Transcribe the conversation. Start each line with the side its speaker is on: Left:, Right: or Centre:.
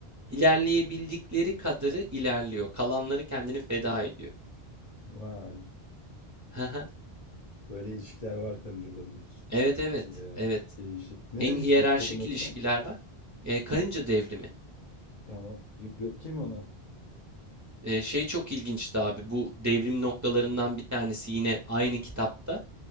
Right: İlerleyebildikleri kadarı ilerliyor. Kalanları kendini feda ediyor.
Left: Vay.
Right: <laughs>
Left: Böyle ilişkiler var karıncaların
Right: Evet evet
Left: içinde ya.
Right: evet.
Left: Değişik. Ne
Right: Hem
Left: demiştin
Right: hiyerarşik
Left: kitabın adına?
Right: ilişkiler var. E, karınca devrimi.
Left: Tamam. Bir bakayım ona.
Right: E, şey çok ilginçti abi. Bu devrim noktalarından bir tanesi yine aynı kitapta.